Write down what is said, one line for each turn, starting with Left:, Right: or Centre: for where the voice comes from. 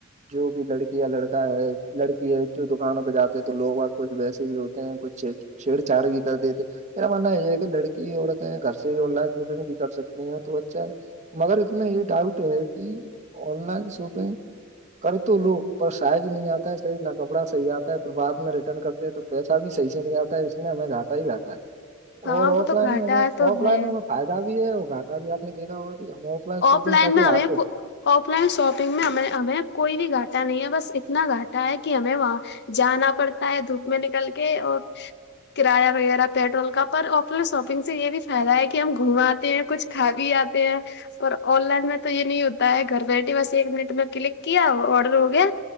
Right: جو بھی لڑکی یا لڑکا ہے لڑکی ہے جو دکانوں پہ جاتے ہیں تو لوگ کچھ ویسے بھی ہوتے ہیں کچھ چ چھیڑ چاڑ بھی کر دی تھے میرا ماننا یہ ہے کہ لڑکی اورورت گھر سے ہی آن لائن شاپنگ بھی کر سکتی ہیں تو اچھا ہے مگر اس میں یہ ڈاؤٹ ہے کہ آن لائن شاپنگ کر تو لو پر سائز نہیں آتا ہے صحیح نہ کپڑا صحیح آتا ہے پھر بع میں ریٹرن کرتے ہیں تو پیسہ بھی صحیح سے نہیں آتا ہے اس لیے ہمیں گھاتا ہی گاتا ہے
Left: ہاں
Right: اور
Left: وہ
Right: آف
Left: تو
Right: لائن
Left: گھاٹا
Right: میں ہمیں
Left: ہے تو
Right: آف لائن
Left: ہے
Right: ہمیں فائدہ بھی ہے اور گاٹا بھی آ نے دیکھا ہوگا ہم
Left: آف
Right: شاپنگ
Left: لائن
Right: کر
Left: میں
Right: کے
Left: ہمیں
Right: آتے
Left: آف لائن شاپنگ میں ہمیں ہمیں کوئی بھی گھاٹا نہیں ہے بس اتنا گھٹا ہے کہ ہمیں وہاں جانا پڑتا ہے دھوپ میں نکل کے اور کرایہ وغیرہ پیٹرول کا پر آف لائن شاپنگ سے یہ بھی فائدہ ہے کہ ہم گھوماتے ہیں کچھ کھا بھی آتے ہیں پر آن لائن میں تو یہ نہیں ہوتا ہے گھر بیٹھیے بس ایک منٹ میں کلک کیا آڈر ہو گیا